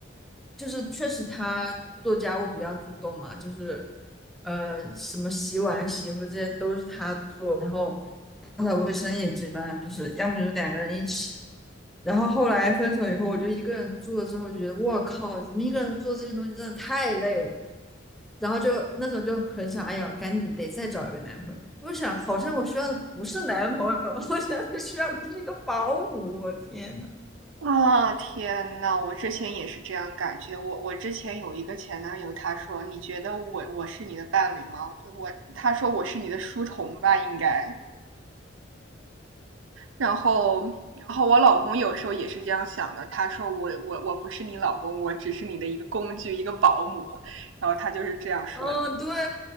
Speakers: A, in the centre; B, on the right.
A: 就是确实他做家务比较主动嘛，就是呃什么洗碗、洗衣服这些都是他做，然后打扫卫生也基本上就是要么就是两个人一起。然后后来分手以后，我就一个人住了之后，就觉得我靠，怎么一个人做这些东西真的太累了。然后就那时候就很想，哎呀，赶紧得再找一个男朋友。我想，好像我需要的不是男朋友，<laughs> 我想需要的是一个保姆。我天呐，
B: 啊，天呐，我之前也是这样感觉。我我之前有一个前男友，他说：“你觉得我我是你的伴侣吗？”我他说我是你的书童吧，应该。然后，然后我老公有时候也是这样想的。他说我我我不是你老公，我只是你的一个工具，一个保姆。然后他就是这样说的。
A: 嗯，对，